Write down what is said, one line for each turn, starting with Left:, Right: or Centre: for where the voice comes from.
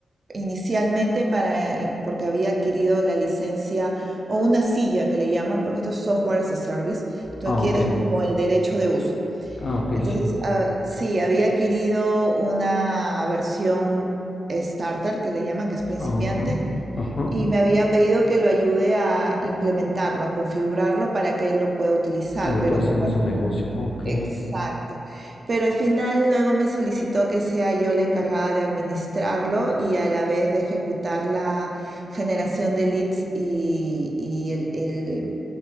Right: inicialmente para, in- porque había adquirido la licencia o una silla que le llaman, porque esto es software as a service. Tú
Left: Ah,
Right: adquieres
Left: ok.
Right: como el derecho de uso.
Left: Ah, ok,
Right: Entonces,
Left: sí.
Right: ah, sí, había adquirido una versión starter que le llaman, que es principiante,
Left: Ajá. Ajá.
Right: y me había pedido que lo ayude a implementarlo, a configurarlo para que él lo pueda utilizar,
Left: Ahí lo
Right: pero
Left: puede hacer
Right: como
Left: en
Right: al
Left: su
Right: fin
Left: negocio. Ok.
Right: Exacto. Pero al final luego me solicitó que sea yo la encargada de administrarlo y a la vez de ejecutar la generación de leads y, y el, el-